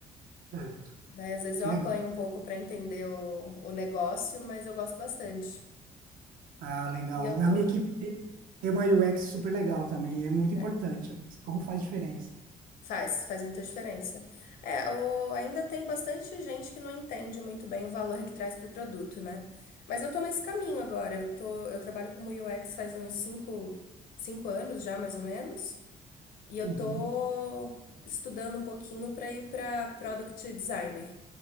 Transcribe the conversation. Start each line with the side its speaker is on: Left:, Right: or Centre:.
Right: Certo.
Left: Daí, às vezes,
Right: Que
Left: eu
Right: legal.
Left: apanho um pouco para entender o, o negócio, mas eu gosto bastante.
Right: Ah, legal.
Left: E eu
Right: Na
Left: tô,
Right: minha equipe tem tem uma UX super legal também, é muito
Left: né?
Right: importante. nossa, Como faz diferença.
Left: Faz, faz muita diferença. É, o- ainda tem bastante gente que não entende muito bem o valor que traz para o produto, né? Mas eu tô nesse caminho agora. Eu tô, eu trabalho como UX faz uns cinco, cinco anos já, mais ou menos. E eu
Right: Uhum.
Left: tô estudando um pouquinho para ir para Product Designer.